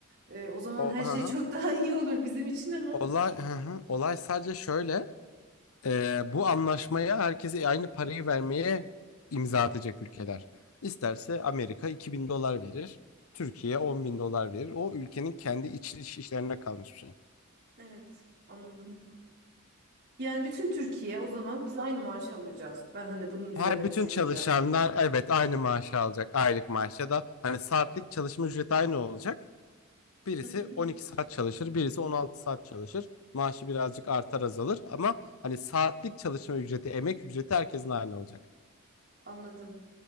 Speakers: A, on the right; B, on the left.
A: e, o zaman
B: O,
A: her şey
B: hı hı.
A: <laughs> çok daha iyi olur bizim için ama
B: Olay, hı hı. Olay sadece şöyle. Ee, bu anlaşmaya herkese aynı parayı vermeye imza atacak ülkeler. İsterse Amerika 2000 dolar verir. Türkiye 10 bin dolar verir. O ülkenin kendi iç iş işlerine kalmış bir şey.
A: evet anladım. Yani bütün Türkiye o zaman biz aynı maaşı alacağız. Ben hani bunun üzerine
B: Her bütün
A: düşüneceğim.
B: çalışanlar evet aynı maaşı alacak. Aylık maaş ya da hani saatlik çalışma ücreti aynı olacak. Birisi
A: Hı hı,
B: 12 saat çalışır, birisi 16 saat çalışır. Maaşı birazcık artar azalır ama hani saatlik çalışma ücreti, emek ücreti herkesin aynı olacak.
A: anladım.